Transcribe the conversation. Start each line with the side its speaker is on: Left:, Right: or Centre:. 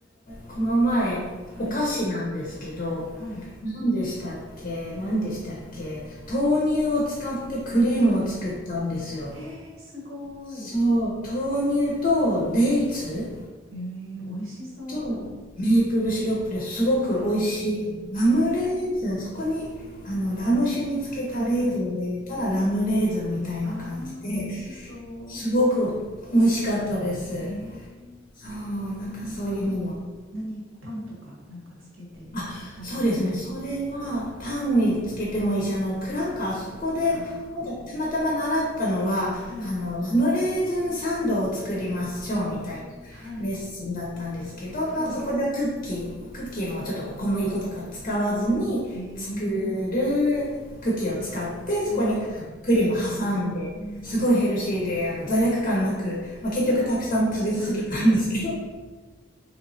Left: この前お菓子なんですけど
Right: はい、はい、
Left: 何でしたっけ何でしたっけ豆乳を使ってクリームを作ったんですよ
Right: はい。へえ、すごい。
Left: そう豆乳とデイツ
Right: ええ、美味しそう。
Left: とメープルシロップですごく美味しいラムレーズンそこにあのラム酒につけたレーズンを入れたらラムレーズンみたいな感じで
Right: うん。はい、はい。ええ、はい、はい。ああ、美味しそう。
Left: すごく美味しかったです
Right: ええ、
Left: そう、なんかそういうのも。
Right: なんか、何、パンとかなんかつけて食べる感じ。
Left: あ、そうですね。それはパンにつけてもいいし、あの、クラッカー、そこで、
Right: あ
Left: なんかたまたま習ったのは、
Right: あ、はい。
Left: あの、ラムレーズンサンドを作りましょうみたいな
Right: ああ、はい。
Left: レッスンだったんですけど、
Right: はい。
Left: まあ、そこではクッキー、クッキーもちょっとこう小麦粉とか使わずに作るクッキーを使って、
Right: うん、うん。ええ
Left: そこにあの栗も挟んで、
Right: わあ、ヘルシー。うん。
Left: すごいヘルシーで、あの、罪悪感なく、
Right: ええ
Left: まあ、結局たくさん食べ過ぎたんですけど、
Right: わあ、美味しそう。<laughs> あ